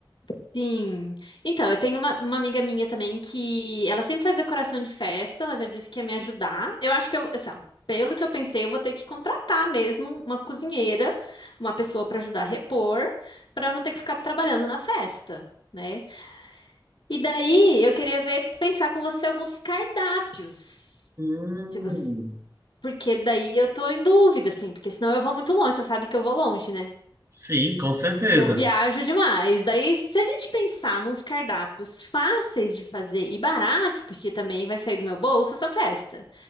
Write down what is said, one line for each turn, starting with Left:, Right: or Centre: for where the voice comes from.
Left: Sim. Então, eu tenho uma, uma amiga minha também que ela sempre faz decoração de festa, ela já disse que ia me ajudar. Eu acho que eu, assim, ó, pelo que eu pensei, eu vou ter que contratar mesmo uma cozinheira, uma pessoa para ajudar a repor, para eu não ter que ficar trabalhando na festa, né? E daí eu queria ver, pensar com você alguns cardápios.
Right: Hum,
Left: Se você, porque daí eu tô em dúvida, assim, porque senão eu vou muito longe, você sabe que eu vou longe, né?
Right: sim, com certeza.
Left: que eu viajo demais. Daí, se a gente pensar nos cardápios fáceis de fazer e baratos, porque também vai sair do meu bolso essa festa.